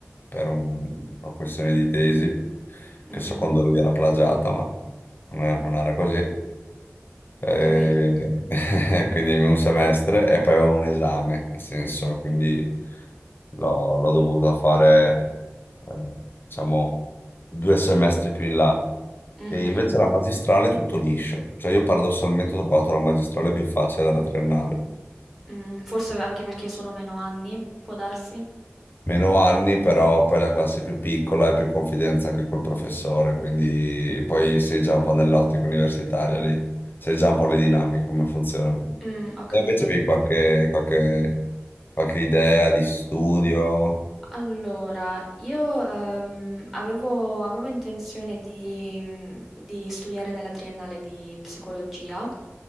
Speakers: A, on the left; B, in the centre.
A: per un- una questione di tesi che
B: mhm,
A: secondo lui era plagiata, ma non è- non era così. E-
B: ho capito.
A: <laughs> quindi un semestre e poi avevo un esame, nel senso, quindi l'ho l'ho dovuto fare, eh, diciamo, due semestri più in là.
B: Mhm.
A: E invece la magistrale è tutto liscio, cioè io paradossalmente ho trovato la magistrale più facile della triennale.
B: Mhmm, forse anche perché sono meno anni, può darsi?
A: Meno anni, però poi la classe è più piccola e più confidenza anche col professore, quindi poi sei già un po' nell'ottica universitaria lì, sei già un po' le dinamiche, come funzionano.
B: Mh, ho capito.
A: E invece avevi qualche, qualche, qualche idea di studio?
B: Allora, io, ehm, avevo avevo intenzione di mhmm, di studiare nella triennale di psicologia,